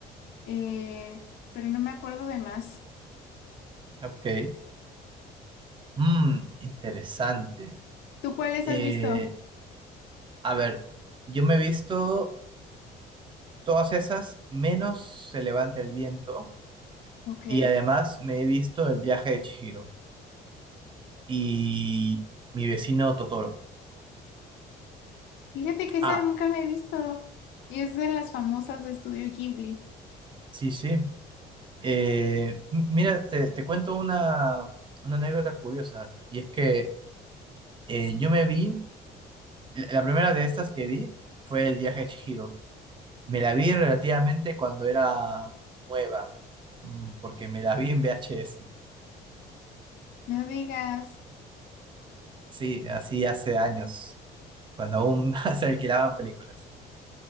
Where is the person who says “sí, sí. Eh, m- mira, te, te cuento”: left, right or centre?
Right